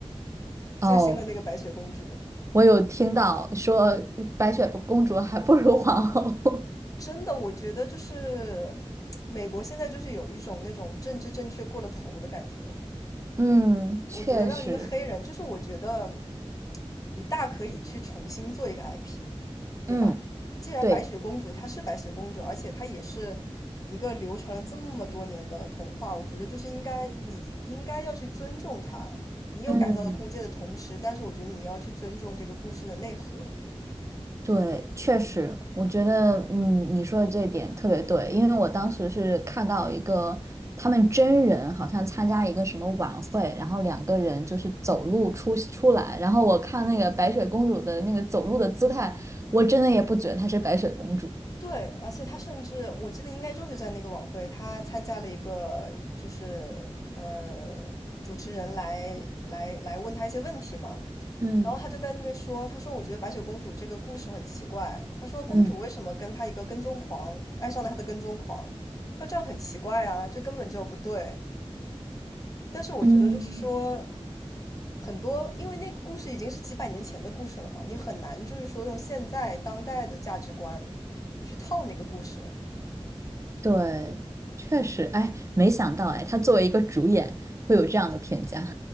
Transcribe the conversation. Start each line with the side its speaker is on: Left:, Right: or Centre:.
Left: <laughs> 最新的那个白雪公主，
Right: 哦，我有听到说白雪公主还不如皇后。<laughs>
Left: 真的，我觉得就是 <tsk> 美国现在就是有一种那种政治正确过了头的感觉，
Right: 嗯，
Left: 我觉得让一个黑人，
Right: 确实，
Left: 就是我觉得你大可以去重新做一个 IP，对吧？
Right: 嗯，
Left: 既然白雪公主她是白雪公主，
Right: 对，
Left: 而且她也是一个流传了这么多年的童话，我觉得就是应该你应该要去尊重她。你有改造的空间的同时，
Right: 嗯。
Left: 但是我觉得你要去尊重这个故事的内核。
Right: 对，确实，我觉得，嗯，你说的这一点特别对，因为我当时是看到一个他们真人好像参加一个什么晚会，然后两个人就是走路出出来，然后我看那个白雪公主的那个走路的姿态，我真的也不觉得她是白雪公主。
Left: 对，而且他甚至我记得应该就是在那个晚会，他参加了一个就是呃主持人来来来问他一些问题嘛，
Right: 嗯
Left: 然后他就在那边说，他说我觉得白雪公主这个故事很奇怪，他说公主为什么跟他一个跟踪狂爱上了他的跟踪狂，
Right: 嗯
Left: 他说这样很奇怪啊，这根本就不对。但是我觉得就是说
Right: 嗯，
Left: 很多，因为那个故事已经是几百年前的故事了嘛，你很难就是说用现在当代的价值观去套那个故事。
Right: 对，确实，哎，没想到，哎，她作为一个主演会有这样的评价。